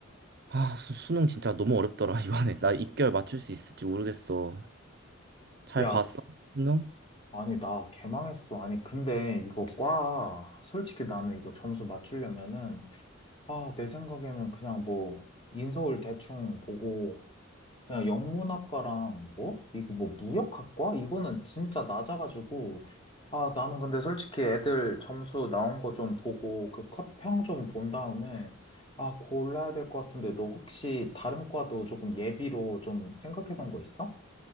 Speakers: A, on the right; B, on the left.
A: 아 수- 수능 진짜 너무 어렵더라 <laughs> 이번에. 나 입결 맞출 수 있을지 모르겠어. 잘
B: 야,
A: 봤어? 수능?
B: 아니, 나 개망했어. 아니, 근데 이거 과, 솔직히 나는 이거 점수 맞추려면은, 아, 내 생각에는 그냥 뭐, 인서울 대충 보고, 그냥 영문학과랑 뭐? 이거 뭐 무역학과? 이거는 진짜 낮아가지고 아 나는 근데 솔직히 애들 점수 나온 거 좀 보고 그 컷평 좀 본 다음에 아 골라야 될 것 같은데 너 혹시 다른 과도 조금 예비로 좀 생각해 놓은 거 있어?